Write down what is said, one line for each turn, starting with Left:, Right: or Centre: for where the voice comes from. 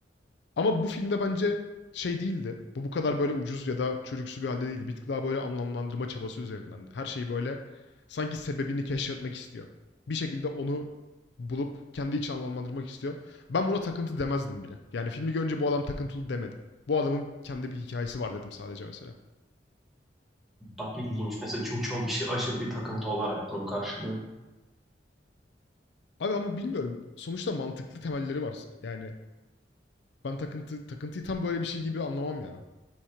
Left: Ama bu filmde bence şey değildi. Bu bu kadar böyle ucuz ya da çocuksu bir halde değildi. Bir tık daha böyle anlamlandırma çabası üzerinden. Her şeyi böyle sanki sebebini keşfetmek istiyor. Bir şekilde onu bulup kendi için anlamlandırmak istiyor. Ben buna takıntı demezdim bile. Yani filmi görünce bu adam takıntılı demedim. Bu adamın kendi bir hikayesi var dedim sadece mesela.
Centre: Bak ilginç mesela çünkü çoğu kişi aşırı bir takıntı olarak bunu karşılıyor.
Left: Abi ama bilmiyorum. Sonuçta mantıklı temelleri var. Yani ben takıntı takıntıyı tam böyle bir şey gibi anlamam ya.